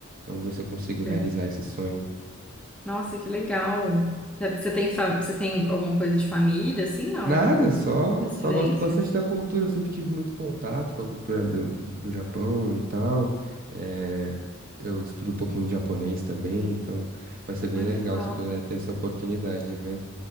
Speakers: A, on the right (about 40°); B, in the centre.
A: Vamos ver se eu consigo
B: É.
A: realizar esse sonho.
B: Nossa, que legal. É, Você tem, fa- você tem alguma coisa de família, assim, não?
A: Nada, só,
B: Descendência?
A: só gosto bastante da cultura. Eu sempre tive muito contato com a cultura do, do Japão e tal. É, eu estudo um pouquinho de japonês também, então vai ser bem
B: Olha
A: legal
B: só,
A: se eu puder ter essa oportunidade. aham,